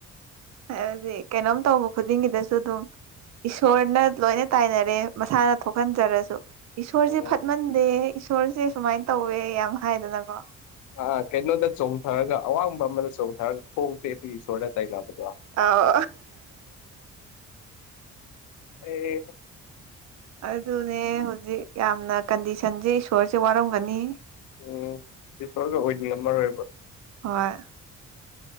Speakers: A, on the right (about 60°); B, on the left (about 75°).
A: ꯍꯥꯏꯕꯗꯤ ꯀꯩꯅꯣꯝ ꯇꯧꯕ ꯈꯨꯗꯤꯡꯒꯤꯗꯁꯨ ꯑꯗꯨꯝ ꯏꯁꯣꯔꯅ ꯂꯣꯏꯅ ꯇꯥꯏꯅꯔꯦ ꯃꯁꯥꯅ ꯊꯣꯛꯍꯟꯖꯔꯁꯨ ꯏꯁꯣꯔꯁꯦ
B: ꯎꯝ
A: ꯐꯠꯃꯟꯗꯦ ꯏꯁꯣꯔꯁꯦ ꯁꯨꯃꯥꯏꯅ ꯇꯧꯋꯦ ꯌꯥꯝ ꯍꯥꯏꯗꯅꯀꯣ
B: ꯑꯥ ꯀꯩꯅꯣꯗ ꯆꯣꯡꯊꯔꯒ ꯑꯋꯥꯡꯕ ꯑꯃꯗ ꯆꯣꯡꯊꯔꯒ ꯍꯣꯡꯇꯦ ꯑꯗꯨ ꯏꯁꯣꯔꯗ ꯇꯥꯏꯒꯕ
A: ꯑꯥꯎ
B: ꯑꯦ
A: ꯑꯗꯨꯅꯦ ꯍꯧꯖꯤꯛ ꯌꯥꯝꯅ ꯀꯟꯗꯤꯁꯟꯁꯦ ꯏꯁꯣꯔꯁꯦ ꯋꯥꯔꯝꯒꯅꯤ
B: ꯎꯝ ꯏꯁꯁꯣꯔꯒ ꯍꯗꯤꯉꯝꯃꯔꯣꯏꯕ
A: ꯍꯣꯏ